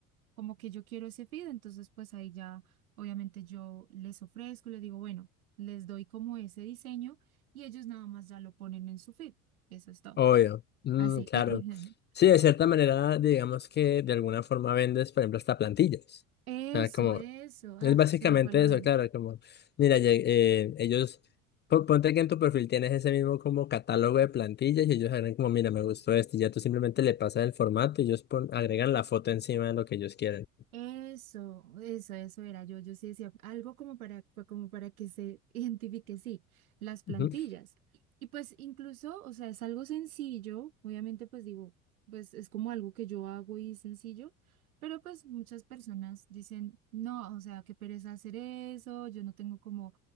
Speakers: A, on the right; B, on the left.
A: como que yo quiero ese feed, entonces pues ahí ya, obviamente yo les ofrezco, les digo, bueno, les doy como ese diseño y ellos nada más ya lo ponen en su feed, eso es todo,
B: Obvio, Mm,
A: así.
B: claro.
A: <laughs>
B: Sí, de cierta manera, digamos que de alguna forma vendes, por ejemplo, hasta plantillas.
A: Eso,
B: O sea, como,
A: eso, ah,
B: es básicamente
A: se me fue la...
B: eso, claro, como, mira, lleg- eh, ellos, po- ponte que en tu perfil tienes ese mismo como catálogo de plantillas y ellos agregan como, mira, me gustó esto, y ya tú simplemente le pasas el formato y ellos pon- agregan la foto encima de lo que ellos quieren.
A: Eso, eso, eso era yo. Yo sí decía algo como para, pa- como para que se <laughs> identifique, sí, las plantillas.
B: Ujú.
A: Y pues incluso, o sea, es algo sencillo, obviamente pues digo, pues es como algo que yo hago y es sencillo, pero pues muchas personas dicen, no, o sea, qué pereza hacer eso, yo no tengo como,